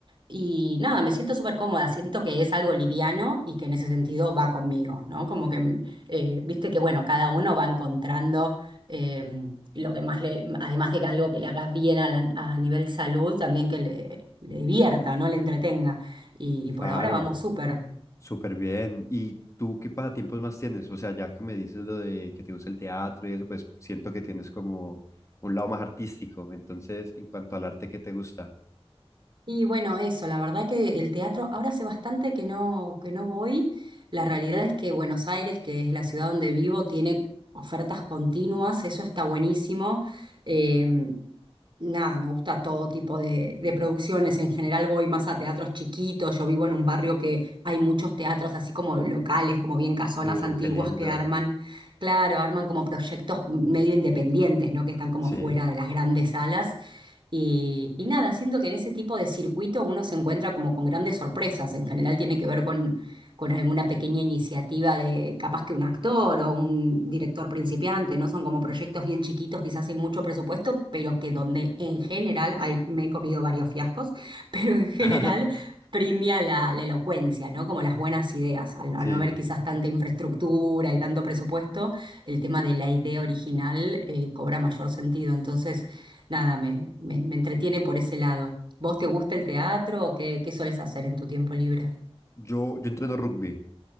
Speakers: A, on the right (about 50°); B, on the left (about 30°).
A: Y nada, me siento súper cómoda, siento que es algo liviano y que en ese sentido va conmigo, ¿no? Como que, mm, eh, viste que, bueno, cada uno va encontrando eh, lo que más le, además de que algo que le haga bien a, la- a nivel salud, también que le, le divierta, ¿no? Le entretenga. Y, y
B: claro,
A: por ahora vamos súper.
B: súper bien. ¿Y tú qué pasatiempos más tienes? O sea, ya que me dices lo de que te gusta el teatro y eso, pues siento que tienes como un lado más artístico. Entonces, en cuanto al arte, ¿qué te gusta?
A: Y bueno, eso, la verdad que el teatro, ahora hace bastante que no, que no voy. La realidad es que Buenos Aires, que es la ciudad donde vivo, tiene ofertas continuas, eso está buenísimo. Em, Nada, me gusta todo tipo de, de producciones. En general voy más a teatros chiquitos. Yo vivo en un barrio que hay muchos teatros así como locales, como bien casonas
B: Uh,
A: antiguas
B: qué lindo.
A: que arman, claro, arman como proyectos medio independientes, ¿no? Que están como
B: Sí.
A: fuera de las grandes salas. Y, y nada, siento que en ese tipo de circuito uno se encuentra como con grandes sorpresas. En general tiene que ver con con alguna pequeña iniciativa de capaz que un actor o un director principiante, ¿no? Son como proyectos bien chiquitos, quizás sin mucho presupuesto, pero que donde en general, ay, me he comido varios fiascos, <laughs> pero en general
B: <laughs>
A: premia la, la elocuencia, ¿no? Como las buenas ideas, al, no
B: Sí.
A: al no haber quizás tanta infraestructura y tanto presupuesto, el tema de la idea original eh, cobra mayor sentido. Entonces, nada, me, me, me entretiene por ese lado. ¿Vos te gusta el teatro o qué, qué solés hacer en tu tiempo libre?
B: Yo, yo entreno rugby.